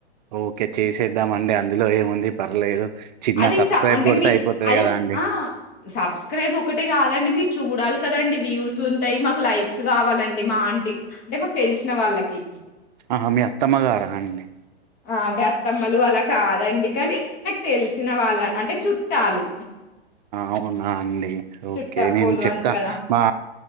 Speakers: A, on the right; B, on the left.
A: ఓకే చేసేద్దాం అండి అందులో ఏముంది పర్లేదు చిన్న
B: అది
A: సబ్స్క్రైబ్
B: చ అంటే
A: కొడితే
B: మీ
A: అయిపోతది
B: అది
A: కదా అండి
B: ఆ! సబ్స్క్రైబ్ ఒకటే కాదండి మీర్ చూడాల్ కదండి వ్యూస్ ఉంటాయి. మాకు లైక్స్ కావాలండి మా ఆంటి అంటే మాకు తెల్సిన వాళ్ళకి
A: ఆహా మీ అత్తమ్మగారా అండి
B: ఆ అంటే అత్తమ్మలు అలా కాదండి కనీ నాక్ తెల్సిన వాళ్ళ అంటే చుట్టాలు
A: అవునా అండి ఓకే
B: చుట్టపోలు
A: నేను చెప్తా
B: అంటారు గదా!
A: మా